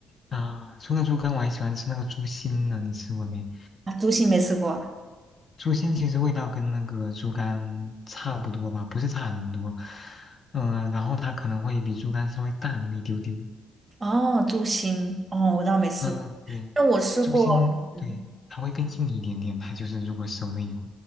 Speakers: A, on the left (about 40°); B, on the right (about 30°).
A: 啊，除了猪肝，我还喜欢吃那个猪心呢，你吃过没？
B: 啊，猪心没吃过啊
A: 猪心其实味道跟那个猪肝差不多吧，不是差很多。嗯、然后它可能会比猪肝稍微大那么一丢丢。
B: 哦，猪心哦，我倒没吃过，
A: 嗯，对，
B: 但我吃过。
A: 猪心，
B: 嗯。
A: 对，它会更硬一点点。它就是如果熟了以后，